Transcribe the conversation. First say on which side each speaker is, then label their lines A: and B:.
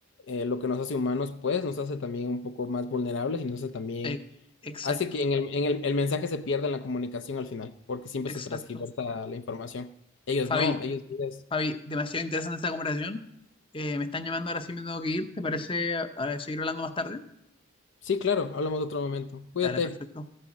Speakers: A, on the left (about 55°); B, on the left (about 25°).
A: eh, lo que nos hace humanos, pues nos hace también un poco más vulnerables y nos hace también,
B: eh, exacto,
A: hace que en el, en el, el mensaje se pierda en la comunicación al final, porque siempre
B: exacto.
A: se transgiversa la información. Ellos
B: Fabi,
A: no, ellos... ellos-
B: Javi, demasiado interesante esta conversación. Eh, me están llamando, ahora sí me tengo que ir. ¿Te parece eh, seguir hablando más tarde?
A: Sí, claro, hablamos de otro momento. Cuídate.
B: Dale, perfecto.